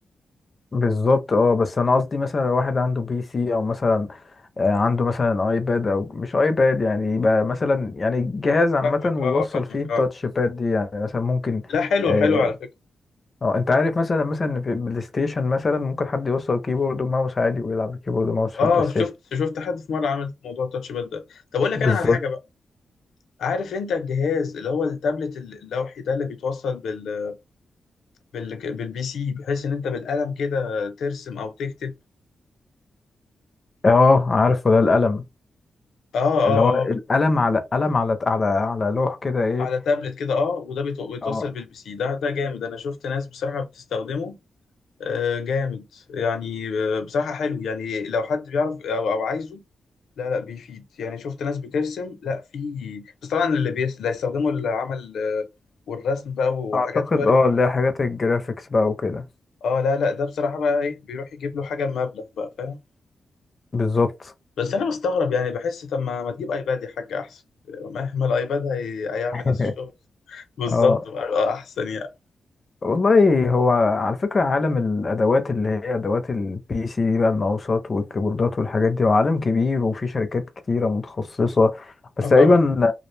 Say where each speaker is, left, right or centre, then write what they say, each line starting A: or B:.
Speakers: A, on the left; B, on the left.
A: بالظبط اه بس انا قصدي مثلا لو واحد عنده بي سي او مثلا آه، عنده مثلا ايباد او مش ايباد يعني يبقى مثلا يعني جهاز عامه
B: فاهمك
A: ويوصل
B: اه فاهمك
A: فيه التاتش
B: اه
A: باد دي يعني مثلا ممكن
B: لا حلو
A: اه
B: حلو على فكره
A: آه، انت عارف مثلا مثلا في البلاي ستيشن مثلا ممكن حد يوصل كيبورد وماوس عادي ويلعب كيبورد وماوس في
B: اه
A: البلاي ستيشن
B: شفت شفت حد في مره عمل موضوع التاتش باد ده طب اقول لك
A: بالظبط
B: انا على حاجه بقى عارف انت الجهاز اللي هو التابلت اللوحي ده اللي بيتوصل بال بال بالبي سي بحيث ان انت بالقلم كده ترسم او تكتب
A: اه عارفه ده القلم
B: اه اه
A: اللي هو القلم
B: اه
A: على قلم على على على لوح كده ايه
B: على تابلت كده اه وده بيتو- بيتوصل
A: اه
B: بالبي سي ده ده جامد انا شفت ناس بصراحه بتستخدمه آه، جامد يعني آه، بصراحة حلو يعني لو حد بيعرف أو أو عايزه لا لا بيفيد يعني شفت ناس بترسم لا في بس طبعا اللي بيس... اللي هيستخدموا العمل آه، والرسم بقى وحاجات
A: اعتقد
B: كواليتي
A: اه
B: عالية
A: اللي هي حاجات الجرافيكس بقى وكده
B: اه لا لا ده بصراحة بقى ايه بيروح يجيب له حاجة بمبلغ بقى فاهم
A: بالظبط
B: بس أنا بستغرب يعني بحس طب ما ما تجيب أيباد يا حاج أحسن مهما الأيباد هي... هيعمل
A: <laughs>
B: نفس الشغل بالظبط
A: اه
B: بقى، آه، أحسن يعني
A: والله هو على فكرة عالم الأدوات اللي هي أدوات البي سي دي بقى الماوسات والكيبوردات والحاجات دي هو عالم كبير وفي شركات كتيرة متخصصة بس
B: اه طبعا
A: تقريبا